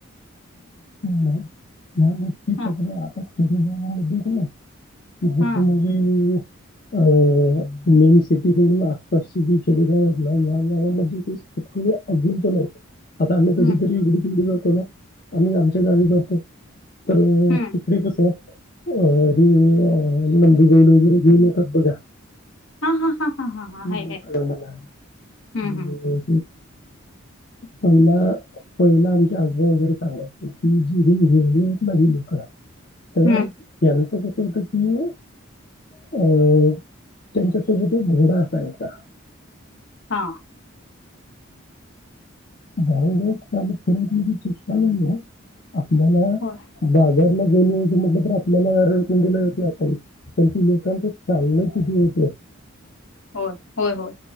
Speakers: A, on the left; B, on the left.
A: ला ह्या गोष्टी सगळ
B: हा
A: आपण खेरीगामध्ये ना ज
B: हा
A: म्हणजे हम मेन सिटीत आसपासची जी खेडेगाव आहेत ना या गावामध्ये सग अजून पण आहेत आता आम्ही कधीतरी
B: हम्म
A: इगडी तगडी जातो ना आम्ही आमच्या गाडी जातो तर
B: हम्म
A: तिकडे कस अी लंबी गईनरी ग तरबघ
B: हा हा हा हा हा
A: त
B: हाय हाय
A: मला
B: हम्म
A: आणि
B: हम्म
A: पहिला पहिलंमच्या आजर का क ज हे माझी लुक तर
B: हम्म
A: यांच होत की अ त्यांच्यासोबत एक घोडा काय का
B: हा
A: गाय ग फिरी चष्टला आहे आपल्याला
B: होय
A: बाजार गेली होती मग म्र आपलाळून दिले होते आपण पण त लोकांच चाल किती होत
B: होय होय होय